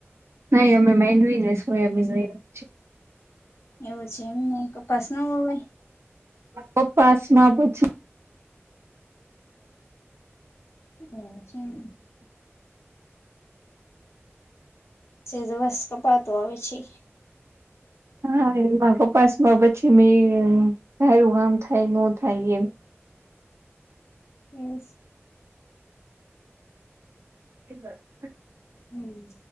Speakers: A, on the right; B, on the left.
A: નહી અમે મેદવી <unintelligible>
B: એવું છે એમ ને કપાસ ન હોય
A: પપ્પાસ માં પછી
B: એવુ છે એમ છે તો બસ કપાતું આવે છે
A: હા એમાં કપાસ માં પછી મેં સારું કામ થાય ન થાય એમ
B: એસ
A: એબ ક
B: હમ